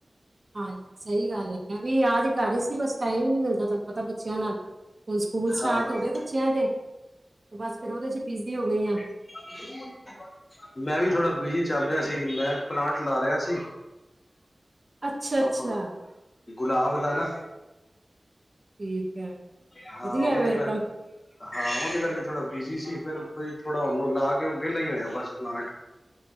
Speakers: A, on the right; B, on the left.
A: ਹਾਂ ਸਹੀ ਗੱਲ ਐ ਮੈਂ ਵੀ ਯਾਦ ਹੀ ਕਰ ਰਹੀ ਸੀ ਬਸ ਟਾਈਮ ਹੀ ਨੀ ਮਿਲਦਾ ਤੁਹਾਨੂੰ ਪਤਾ ਬੱਚਿਆਂ ਨਾਲ ਹੁਣ ਸਕੂਲ ਸਟਾਰਟ
B: ਹਾਂ
A: ਹੋ ਗੇ ਬੱਚਿਆਂ ਦੇ ਬਸ ਫੇਰ ਉਹਦੇ ਚ ਬਿਜ਼ੀ ਹੋ ਗਈ ਹਾਂ
B: ਹ <unintelligible> ਮੈਂ ਵੀ ਥੋੜ੍ਹਾ ਬਿਜੀ ਚੱਲ ਰਿਹਾ ਸੀ' ਮੈਂ ਪਲਾਂਟ ਲਾ ਰਿਹਾ ਸੀ
A: ਅੱਛਾ ਅੱਛਾ
B: ਆਪਾਂ ਗੁਲਾਬ ਦਾ ਨਾ
A: ਠੀਕ ਹੈ
B: ਹਾਂ
A: ਵਧੀਆ
B: ਉਹਦੇ
A: ਫਿਰ
B: ਕਰ
A: ਤਾਂ
B: ਹਾਂ ਉਹਦੇ ਕਰਕੇ ਥੋੜਾ ਬਿਜੀ ਸੀ ਫਿਰ ਕੋਈ ਥੋੜ੍ਹਾ ਉਹਨੂੰ ਲਾ ਕੇ ਬਸ ਵੇਲ਼ਾ ਹੀ ਹੋਇਆ ਬਸ ਪਲਾਂਟ